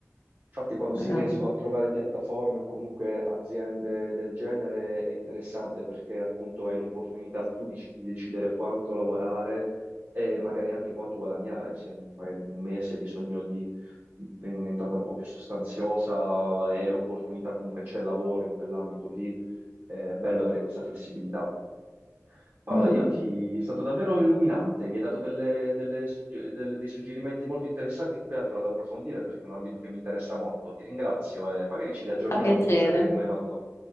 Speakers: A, on the right; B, on the left.
A: Infatti, quando si
B: eh,
A: riescono a trovare piattaforme o comunque aziende del genere è interessante perché appunto hai l'opportunità tu di, di decidere quanto lavorare e magari anche quanto guadagnare. Se un- magari un mese hai bisogno di un'entrata un po' più sostanziosa e l'opportunità comunque c'è il lavoro in quell'ambito lì, è bello avere questa flessibilità. Paola,
B: mm,
A: io ti... è stato davvero illuminante, mi hai dato delle- delle sugge- del- dei suggerimenti molto interessanti che poi andrò ad approfondire perché è un ambito che mi interessa molto. Ti ringrazio e magari ci riaggiorniamo,
B: mi fa piacere,
A: mi fai sapere come vanno,